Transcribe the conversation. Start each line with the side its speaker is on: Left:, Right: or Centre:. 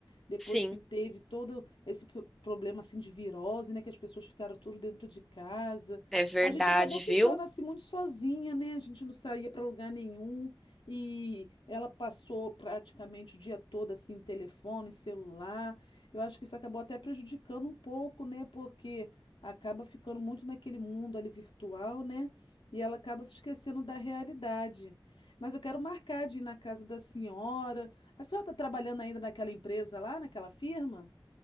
Left: depois
Centre: Sim,
Left: que teve todo esse pro- problema assim de virose, né, que as pessoas ficaram tudo dentro de casa.
Centre: é verdade,
Left: A gente acabou ficando
Centre: viu?
Left: assim muito sozinha, né? A gente não saía para lugar nenhum e ela passou praticamente o dia todo assim, telefone, celular. Eu acho que isso acabou até prejudicando um pouco, né? Porque acaba ficando muito naquele mundo ali virtual, né? E ela acaba se esquecendo da realidade. Mas eu quero marcar de ir na casa da senhora. A senhora está trabalhando ainda naquela empresa lá, naquela firma?